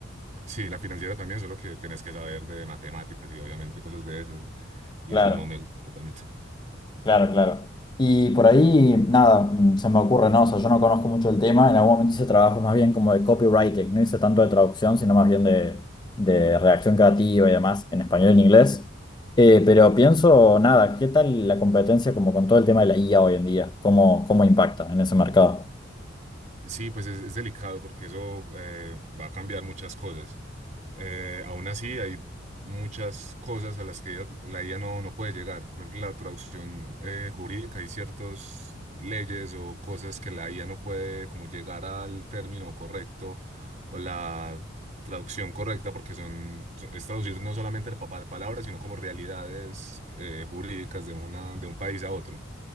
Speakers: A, on the right; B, on the left.
A: Sí, la financiera también, solo que tenés que saber de matemáticas y obviamente cosas de esas. Y
B: Claro.
A: eso no me gusta tanto.
B: Claro, claro. Y por ahí, nada, mm, se me ocurre, ¿no? O sea, yo no conozco mucho el tema, en algún momento hice trabajos más bien como de copywriting, no hice tanto de traducción, sino más bien de, de redacción creativa y demás en español y en inglés. Eh, pero pienso, nada, ¿qué tal la competencia como con todo el tema de la IA hoy en día? ¿Cómo, cómo impacta en ese mercado?
A: Sí, pues es, es delicado porque eso eh, va a cambiar muchas cosas. Eh, aún así, hay muchas cosas a las que ella- la IA no, no puede llegar. Por ejemplo, la traducción eh, jurídica, hay ciertas leyes o cosas que la IA no puede como llegar al término correcto o la traducción correcta porque son, so- es traducir no solamente el papel palabras, sino como realidades eh, jurídicas de, una, de un país a otro.